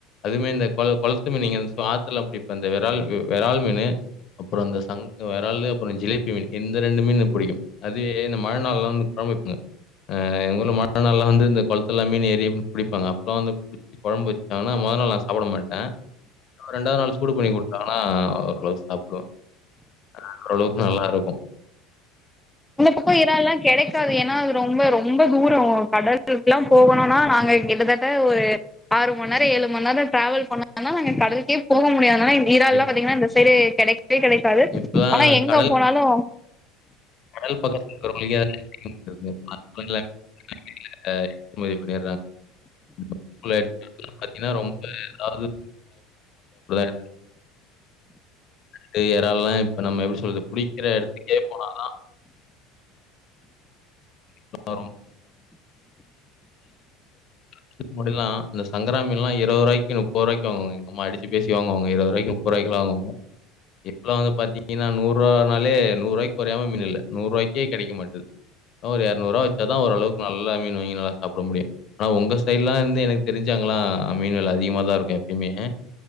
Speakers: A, on the left; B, in the centre.
A: அதுமே இந்த கொள் கொள்த்து மீன் நீங்க ஆத்துல புடிப்ப இந்த வெறால் வெறால் மீனு அப்புறோ அந்த சங் வெறாலு அப்புறோ ஜிலேபி மீன் இந்த ரெண்டு மீனு புடிக்கு அதே இந்த மழ் நாள்ல்லா வந்து கொழம்பு வக்குங்க அ எங்க ஊர்ள மழ நாள்லா வந்து இந்த குள்துல்லா மீன் ஏறின் புடிப்பாங்க அப்பலா வந்து கொளம்பு வச்சாங்னா மொத நாள் நா சாப்பட மாட்டே ரெண்டாவ் நாள் சூடு பண்ணி குடுத்தாங்கன்னா ஓரளவுக்கு சாப்டுவெ ஆ ஓரளவுக்கு நல்லா இருக்கும்
B: இந்த பக்கோ இரால்லா கெடைக் அது ஏன்னா அது ரொம்ப ரொம்ப தூரோ கடல்குகலா போகணுன்னா நாங்க கிட்டத்தட்ட ஒரு ஆறு மண்நேர ஏழுமண் நேர ட்ராவெல் பண்ணதா கடல்கே போக முடியாதுனாள ஈறால்லா
A: இப்
B: பாத்தீங்கன்னா இந்த சைடு கெடைக்கவே கெடைக்காது
A: இப்பலாம்
B: ஆனா எங்க
A: கடல்
B: போனாலு
A: கடல் பக்கத்துல இருக்குறவிங்க <inaudible> <inaudible> ஆ இமதி பண்ணிற்றாங் <inaudible> பாத்தீங்ன்னா ரொம்ப அதாவது <inaudible> அது எறால்லா இப்ப நம்ம எப்டி சொல்றது புடிக்கற எடத்துக்கே போனானா <inaudible> <inaudible> இதுக்கு முன்னாடில்லா இந்த சங்கரா மீன்லா இரவரூவாய்க்கி முப்பரூவாய்க்கி வாங்குவாங்க எங்கம்மா அடிச்சு பேசி வாங்கு வாங்க இரவரூவாய்க்கு <unintelligible> இப்பலா வந்து பாத்திங்கின்ன நூறுவானாலே நூறுவாய்க் கொறையாம மீன் இல்ல நூறுவாய்க்கே கெடைக்க மாட்டுது ன்ன ஒரு இரநூறுவா வச்சா தா ஓரளவுக்கு நல்லா மீன் வாங்கி நல்லா சாப்ட முடியு ஆனா உங்க சைட்ல்லா வந்து எனக் தெரிஞ்சு அங்கெல்லா மீன் வெல அதிகமா தா இருக்கு எப்பிம்மே